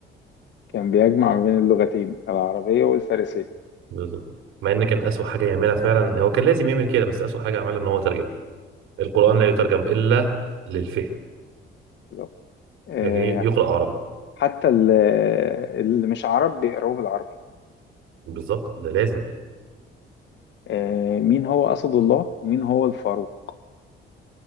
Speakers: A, on the left; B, on the right.
A: كان بيجمع ما بين اللغتين العربية والفارسية
B: بالظبط مع ان كان اسوء حاجه يعملها فعلا هو كان لازم يعمل كده بس اسوء حاجه عملها ان هو ترجم القران لا يترجم الا للفهم
A: بالظبط. آه،
B: لكن يقرا عربي
A: حتى ال- اللي مش عرب بيقراوه بالعربي
B: بالظبط ده لازم
A: آه، مين هو أسد الله ومين هو الفاروق